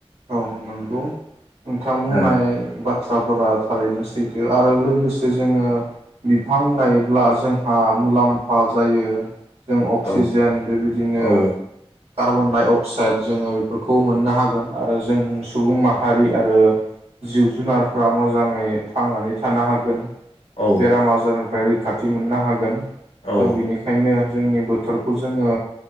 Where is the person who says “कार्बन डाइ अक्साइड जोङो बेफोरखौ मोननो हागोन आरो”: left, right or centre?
Right